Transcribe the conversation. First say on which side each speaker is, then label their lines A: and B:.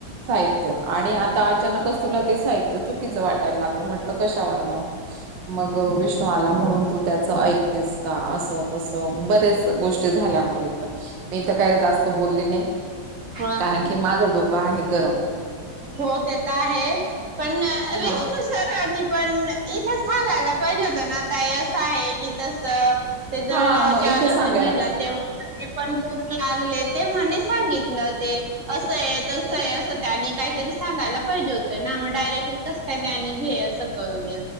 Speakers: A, on the right; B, on the right.
A: साहित्य आणि आता अचानकच तुला ते साहित्य.. ते चुकीचं वाटायला लागलं म्हंटलं कशावरण मग विष्णू आला म्हणून... तू त्याचं ऐकतेस का असं तसं बऱ्या लच गोष्टी झाल्या मग एकदम... मी तर काय जास्त बोलली नाही
B: ह
A: कारण की माझं डोकं आहे गरम..
B: हो ते तर आहे पण विष्णु
A: हा
B: सरनी पण... इथं सांगायला पाहिजे होतं ना आताय असं आहे की तस ते जळगावचे
A: हा हा मग
B: आले
A: इथे
B: होते
A: सांगायला
B: महिला
A: पण
B: तेव्हा ते पण परू लागले ते म्हणे सांगितलं ते असं आहे तस आहे असं त्यांनी काहीतरी सांगायला पाहिजे होतं ना मग डायरेक्टली कस काय त्यांनी झे असं करून देई